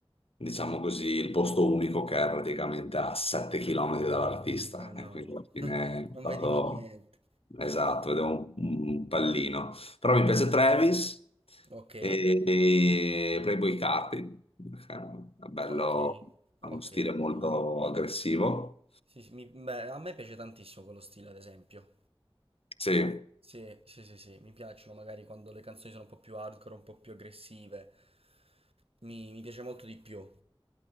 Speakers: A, on the left; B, on the right.
A: diciamo così, il posto unico che è praticamente a 7 km dall'artista.
B: Eh no,
A: E quindi alla fine
B: <laughs>
A: ho
B: non
A: dato...
B: vedevi niente.
A: Esatto, vedevo un, un pallino. Però mi piace Travis
B: Ok,
A: e, e Playboi Carti. È bello,
B: ok,
A: ha uno
B: ok,
A: stile
B: ok.
A: molto aggressivo.
B: Sì, sì, mi- beh, a me piace tantissimo quello stile, ad esempio.
A: Sì.
B: Sì, sì, sì, sì, mi piacciono magari quando le canzoni sono un po' più hardcore, un po' più aggressive. Mi, mi piace molto di più.